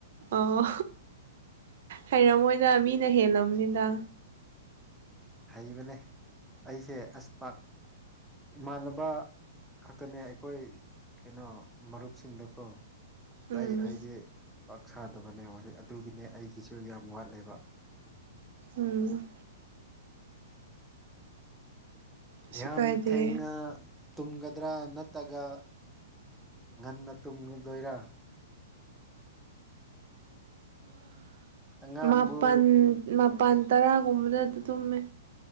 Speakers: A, on the right; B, in the centre.
A: ꯑꯣ ꯍꯩꯔꯝꯃꯣꯏꯗ ꯃꯤꯅ ꯍꯦꯜꯂꯝꯕꯅꯤꯗ
B: ꯍꯩꯕꯅꯦ ꯑꯩꯁꯦ ꯑꯁ ꯏꯃꯥꯟꯅꯕ ꯈꯛꯇꯅꯦ ꯑꯩꯈꯣꯏ ꯀꯩꯅꯣ ꯃꯔꯨꯞꯁꯤꯡꯗꯀꯣ
A: ꯎꯝ
B: ꯇꯥꯏ ꯑꯩꯗꯤ ꯄꯥꯛ ꯁꯥꯗꯕꯅꯦ ꯋꯥꯔꯤ ꯑꯗꯨꯒꯤꯅꯦ ꯑꯩꯒꯤꯁꯨ ꯌꯥꯝ ꯋꯥꯠꯂꯦꯕ
A: ꯎꯝ ꯀꯩꯁꯨ
B: ꯌꯥꯝ
A: ꯀꯥꯏꯗꯦ
B: ꯊꯦꯡꯉ ꯇꯨꯝꯒꯗ꯭ꯔꯥ ꯅꯠꯇ꯭ꯔꯒ ꯉꯟꯅ ꯇꯨꯝꯒꯗꯣꯏꯔ ꯑꯉꯥꯡꯕꯨ
A: ꯃꯥꯄꯜ ꯃꯥꯄꯜ ꯇꯔꯥꯒꯨꯝꯕꯗ ꯑꯗꯨ ꯇꯨꯝꯃꯦ